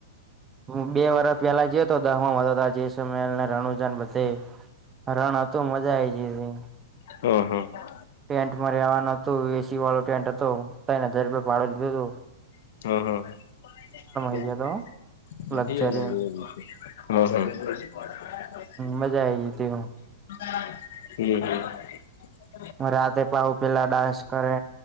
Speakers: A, on the right; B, on the left.
A: હું બે વર્ષ પેલા જયો તો દહમાં વધ જેસલને રણુજન બધે- રણ હતું મજા આવી જ હતી.
B: હમ હમ
A: ટેન્ટ માં રેવાનું હતું એસી વાળો ટેન્ટ હતો તને હજાર રૂપિયા ભાડુ દીધું.
B: <unintelligible>
A: આઈ ગયો તો
B: હમ
A: લક્ઝરી
B: હમ
A: મજા આવી જ હતી હું
B: <inaudible>
A: રાતે પહુ પેલા ડાન્સ કરે